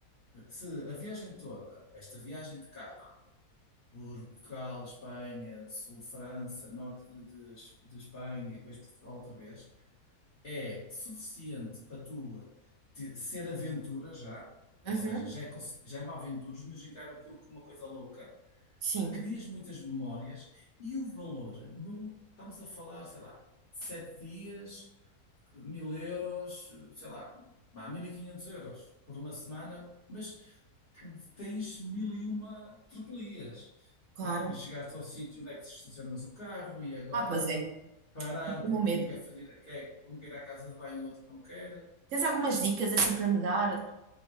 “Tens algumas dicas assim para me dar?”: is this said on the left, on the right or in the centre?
Right